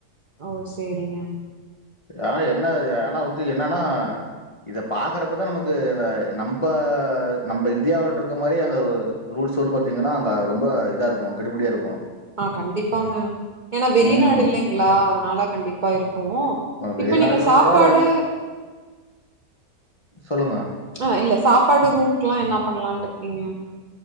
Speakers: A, on the right (about 55°); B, on the left (about 60°).
A: ஓ சேரிங்க
B: ஆ என்ன இது ஆனா வந்து என்ன ஆனா இத பாக்கற அப்பதா நமக்கு இங்க நம்ப நம்ப இந்தியாவில இருக்க மாரி அங்க ரூ ரூல் சு வந்து பாத்தீங்கன்னா அங்க ரொம்ப இதா இருக்கு கெடுபுடியா இருக்கு
A: ஆ கண்டிப்பாங்க ஏன்னா வெளிநாடு
B: ம்
A: இல்லைங்களா அதனால கண்டிப்பா இருக்கு கு
B: வெளிநாடுன்ற
A: இப்ப நீங்க சாப்பாடு
B: சொல்லுங்க
A: ஆ இல்ல சாப்பாடு ரூம்க் எல்லா என்ன பண்ணலான்டு இருக்கீங்க